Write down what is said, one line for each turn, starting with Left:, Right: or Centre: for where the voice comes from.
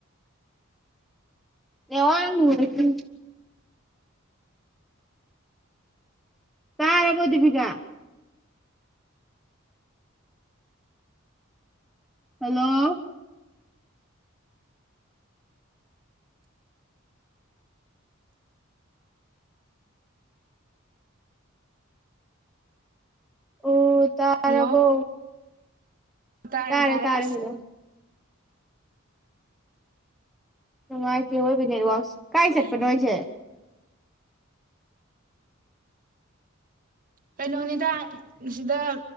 Centre: ꯅꯦꯠꯋꯥꯛ ꯌꯥꯝ ꯅꯨꯡꯉꯥꯏꯇꯦ ꯇꯔꯕꯣ ꯗꯤꯄꯤꯀꯥ ꯍꯜꯂꯣ ꯑꯣ ꯇꯔꯕꯣ
Right: ꯍꯜꯂꯣ ꯇꯥꯔꯦ
Centre: ꯇꯔꯦ
Right: ꯇꯥꯔꯦ
Centre: ꯇꯔꯦ
Right: ꯑꯁ
Centre: ꯍꯂꯣ ꯅꯨꯡꯥꯏꯇꯦ ꯑꯣꯏꯕꯥ ꯅꯦꯠꯋꯥꯛ ꯁꯦ ꯀꯥꯏ
Right: ꯀꯨꯏ
Centre: ꯆꯠꯄꯅꯣꯏꯁꯦ
Right: ꯀꯩꯅꯣꯅꯤꯗ ꯁꯤꯗ